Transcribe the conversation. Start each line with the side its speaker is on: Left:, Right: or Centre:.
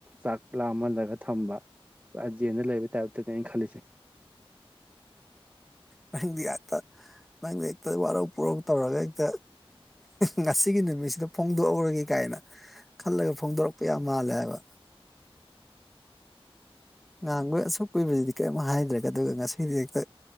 Right: ꯆꯥꯛ ꯂꯥꯝꯃꯜꯂꯒ ꯊꯝꯕꯖꯦꯟꯅ ꯂꯩꯕ ꯇꯥꯏꯞꯇꯅꯦ ꯑꯩꯅ ꯈꯜꯂꯤꯁꯦ
Centre: ꯅꯪꯗꯤ ꯍꯦꯛꯇ ꯅꯪꯗꯤ ꯍꯦꯛꯇ ꯋꯥꯔꯧ ꯄꯨꯔꯧ ꯇꯧꯔꯒ ꯍꯦꯛꯇ ꯉꯁꯤꯒꯤ ꯅꯨꯃꯤꯠꯁꯤꯗ ꯐꯣꯡꯗꯣꯛꯎꯔꯒꯦ ꯀꯥꯏꯅ ꯈꯜꯂꯒ ꯐꯣꯡꯗꯣꯔꯛꯄ ꯌꯥꯝ ꯃꯥꯜꯂꯦ ꯍꯥꯏꯕ ꯉꯥꯡꯕ ꯑꯁꯨꯛ ꯀꯨꯏꯕꯁꯤꯗꯤ ꯀꯔꯤꯝ ꯍꯥꯏꯗ꯭ꯔꯦꯒ ꯑꯗꯨꯒ ꯉꯁꯤꯗꯤ ꯍꯦꯛꯇ